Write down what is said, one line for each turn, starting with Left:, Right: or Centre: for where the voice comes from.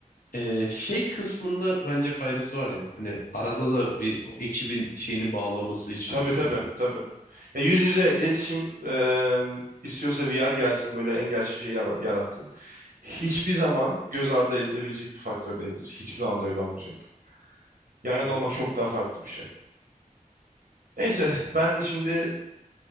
Left: e, şey kısmında bence faydası var ya. Hani arada da bir o ekibin şeyini bağlaması için.
Right: Tabii tabii
Left: Hani
Right: tabii. Ya yüz yüze iletişim e, istiyorsa VR gelsin böyle en gerçek şeyi yara- yaratsın. Hiçbir zaman göz ardı edilebilecek bir faktör değildir. Hiçbir zaman da öyle olmayacak. Yan yana
Left: bence
Right: olmak
Left: de
Right: çok daha farklı bir şey. Neyse ben şimdi